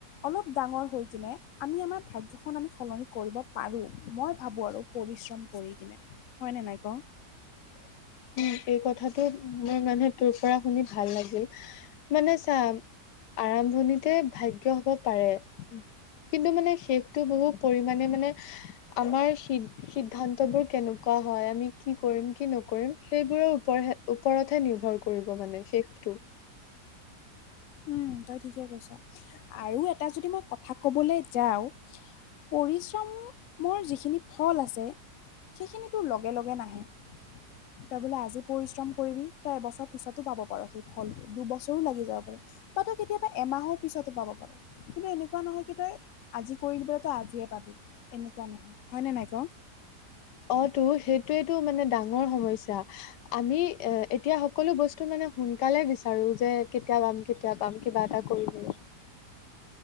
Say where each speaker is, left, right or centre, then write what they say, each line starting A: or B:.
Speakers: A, on the left; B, on the left.
A: অলপ ডাঙৰ হৈ কিনে আমি আমাৰ ভাগ্যখন আমি সলনি কৰিব পাৰো মই ভাবো আৰু পৰিশ্ৰম কৰি কিনে হয়নে নাই ক
B: <unintelligible> এই কথাটো মোৰ মানে তোৰ পৰা শুনি ভাল লাগিল মানে চা আৰম্ভণিতে ভাগ্য হব পাৰে কিন্তু মানে শেষটো বহু পৰিমণে মানে আমাৰ সি সিদ্ধান্ত বোৰ কেনেকুৱা, অ হয় আমি কি কৰিম কি নকৰিম সেইবোৰৰ ওপৰতে ওপৰতহে নিৰ্ভৰ কৰিব মানে শেষটো
A: উম তই ঠিকে কৈছ আৰু এটা যদি মই কথা কবলৈ যাও পৰিশ্ৰমৰ যিখিনি ফল আছে সেইখিনিতো লগে লগে নাহে। তই বোলে আজি পৰিশ্ৰম কৰিবি তই এবছৰ পিছতো পাব পাৰ সেই ফলটো দুবছৰো লাগি যাব পাৰে। বা তই কেতিয়াবা এমাহৰ পিছতো পাব পাৰ কিন্তু এনেকুৱা নহয় কি তই আজি কৰি নিবলৈ তই আজিয়ে পাবি এনেকুৱা নহয় হয়নে নাই ক
B: <unintelligible> অঁ তো সেইটোয়েটো মানে ডাঙৰ সমস্যা আমি এ এতিয়া সকলো বস্তু মানে সোনকালে বিচাৰো যে কেতিয়া পাম কেতিয়া পাম কিবা এটা কৰিলে